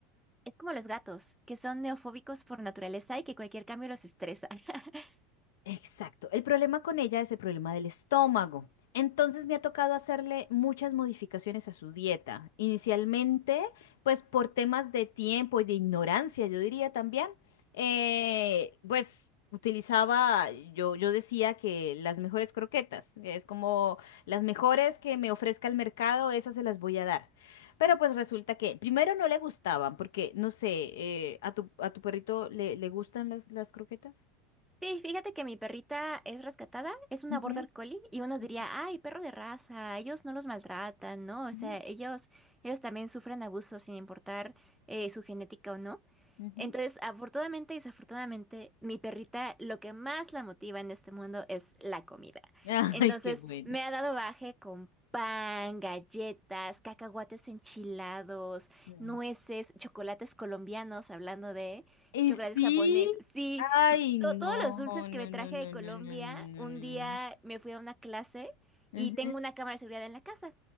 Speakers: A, in the centre; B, on the left.
A: Es como los gatos, que son neofóbicos por naturaleza y que cualquier cambio los estresa. <laughs>
B: Exacto. El problema con ella es el problema del estómago. Entonces me ha tocado hacerle muchas modificaciones a su dieta. Inicialmente, pues por temas de tiempo y de ignorancia, yo diría también, eh, pues utilizaba, yo, yo decía que las mejores croquetas, que es como las mejores que me ofrezca el mercado, esas se las voy a dar. Pero pues resulta que primero no le gustaban, porque no sé, eh, ¿a tu, a tu perrito le, le gustan las, las croquetas?
A: Sí, fíjate que mi perrita es rescatada, es una
B: Ujú.
A: border collie y uno
B: Ok.
A: diría, ay, perro de raza, ellos no los maltratan, ¿no? O
B: Ujú,
A: sea, ellos, ellos también sufren abuso sin importar eh, su genética o no.
B: ujú.
A: Entonces, afortunadamente y desafortunadamente, mi perrita lo que más la motiva en este mundo es la comida.
B: Ay,
A: Entonces,
B: qué bueno.
A: me ha dado baje con pan, galletas, cacahuates enchilados,
B: Sí.
A: nueces, chocolates colombianos, hablando de
B: Y
A: chocolates
B: sí,
A: japoneses. Sí,
B: ay, no,
A: to- todos los dulces
B: no, no,
A: que me traje
B: no, no,
A: de Colombia,
B: no, no, no,
A: un
B: no,
A: día
B: no.
A: me fui a una clase
B: Ujú,
A: y tengo una cámara de seguridad en la casa.